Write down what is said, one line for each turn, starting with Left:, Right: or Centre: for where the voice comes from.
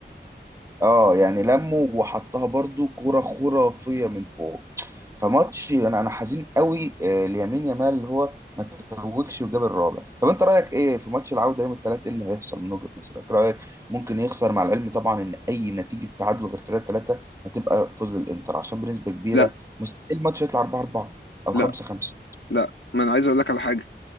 Right: اه يعني لمه وحطها برضو كرة خرافية من فوق فماتش انا انا حزين قوي آه، ليمين يامال اللي هو ما توجش وجاب الرابع طب انت رايك ايه في ماتش العودة يوم الثلاث ايه اللي هيحصل من وجهة نظرك إيه رايك ممكن يخسر مع العلم طبعا ان اي نتيجة تعادل غير 3 3 هتبقى فوز الانتر عشان بنسبة كبيرة
Left: لا
Right: مستحيل الماتش يطلع 4 4 او
Left: لا
Right: 5 5
Left: لا ما انا عايز اقول لك على حاجة